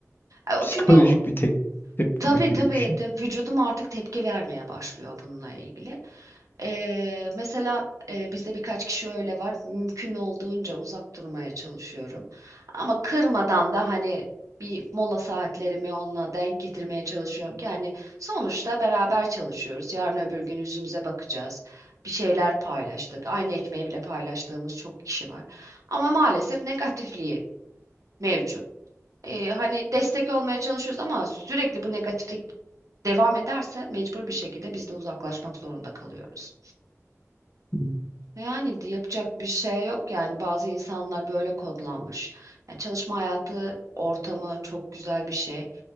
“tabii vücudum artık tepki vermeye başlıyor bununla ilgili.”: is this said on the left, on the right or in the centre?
Right